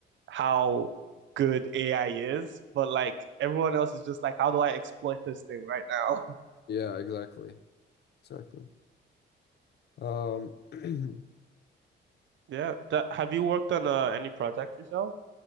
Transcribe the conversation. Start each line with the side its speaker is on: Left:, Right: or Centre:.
Right: how good AI is, but like everyone else is just like, how do I exploit this thing right now? <laughs>
Left: Yeah, exactly. Exactly. Um <clears throat>
Right: Yeah, that, have you worked on uh, any projects yourself?